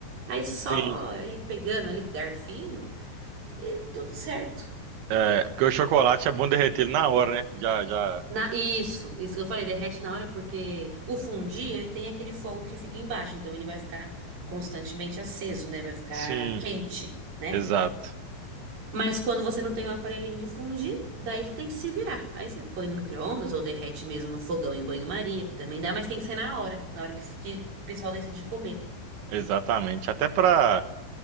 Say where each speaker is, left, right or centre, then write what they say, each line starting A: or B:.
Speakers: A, on the right (about 45°); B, on the right (about 75°).
A: Aí só
B: sim.
A: ir pegando ali com o garfinho e tudo certo.
B: É, porque o chocolate é bom derreter ele na hora, né? Já, já.
A: Na- isso, isso que eu falei, derrete na hora porque o fundi, ele tem aquele fogo que fica embaixo, então ele vai ficar constantemente aceso, né? Vai ficar
B: Sim,
A: quente, né?
B: exato.
A: Mas quando você não tem um aparelhinho de fundir, daí você tem que se virar. Aí você põe no micro-ondas ou derrete mesmo no fogão em banho-maria, que também dá, mas tem que ser na hora, na hora que, que o pessoal decide comer.
B: Exatamente. Até para